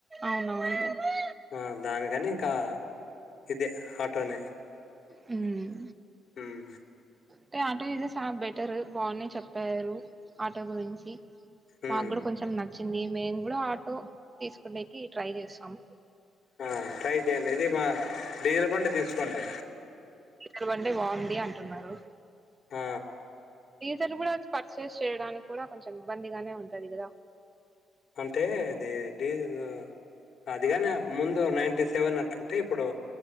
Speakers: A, on the right (about 25°); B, on the left (about 60°).
A: అవును అవున్లే
B: ఆ దానికని కా ఇదే ఆటోనే
A: హ్మ్
B: ఉమ్
A: టే ఆటో ఇదే సా బె అట్టారు బానే చెప్పారు ఆటో గురించి
B: ఉమ్
A: మా కూడా కొంచెం న వచ్చింది మేము కూడా ఆటో తీసుకునేకి ట్రై చేస్తాం
B: ఆ ట్రై చేయండి ఇది మా డీజిల్ బండి తీసుకోండి
A: జల్ బండి బాంది అంటున్నారు
B: ఆ
A: డీజర్ కూడా పర్చేజ్ చేయడానికి కూడా కొంచెం ఇబ్బందిగానే ఉంటాది కదా
B: అంటే ఇది డీజిల్ అది కాని ముందు నైన్టీ సెవెన్ అట్లుంటే ఇప్పుడు